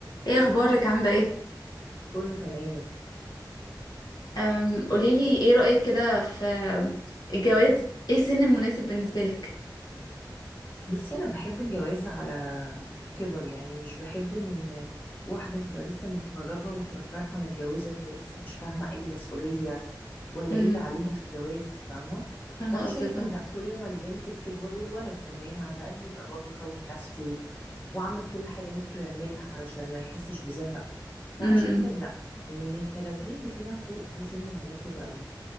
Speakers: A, on the left (about 60°); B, on the left (about 25°).
A: ايه اخبارك عامله ايه
B: كله تمام
A: أم، قوليلي ايه رايك كده في الجواز ايه السن المناسب بالنسبه لك
B: بصي انا بحب الجواز على كبر يعني مش بحب ان واحده تبقى لسه متخرجه وتروح رايحه متجوزه وهي لسه مش فاهمه اي مسؤوليه ولا
A: امم
B: ايه اللي عليها في الجواز فاهمه
A: فاهمه
B: فانا
A: قصدك
B: شايفه
A: اه
B: ان لا كل ما البنت بتكبر والولد كمان على الاقل يبقى برضو كون نفسه وعمل كل حاجه نفسه يعملها علشان ما يحسش بزهق فانا
A: امم
B: شايفه ان لا يعني من ال 30 اللي فيما فوق ده سن مناسب قوي